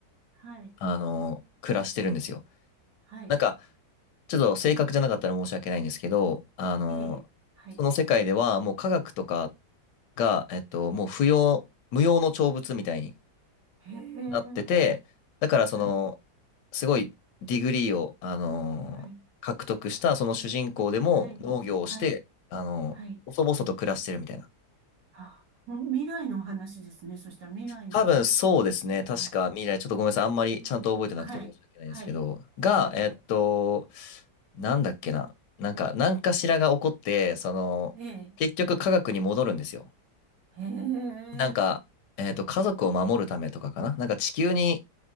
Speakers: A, on the right; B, on the left.
A: はい、
B: あの、暮らしてるんですよ。
A: はい、
B: なんか、ちょっと正確じゃなかったら申し訳ないんですけど、あの、
A: いえいえ、はい、
B: その世界ではもう科学とかが、えっと、もう不要、無用の長物みたいに
A: へえ、
B: なってて、だからその、
A: はい、
B: すごいディグリーを、あの、
A: はい、
B: 獲得したその主人公でも農業をして、
A: はい、はい、
B: あの、
A: はい、
B: 細々と暮らしてるみたいな。
A: あ、もう未来のお話ですね。そしたら未来のせ
B: 多分そうですね。確か未来、
A: はい、
B: ちょっとごめんなさい。あんまりちゃんと覚えてなくて申し訳ないですけど、
A: はい、はい、
B: が、
A: いえいえ、
B: えっと、なんだっけな。なんか、何かしらが起こって、その、
A: ええ、
B: 結局科学に戻るんですよ。
A: へえ、
B: なんか、えっと、家族を守るためとかかな。なんか地球に、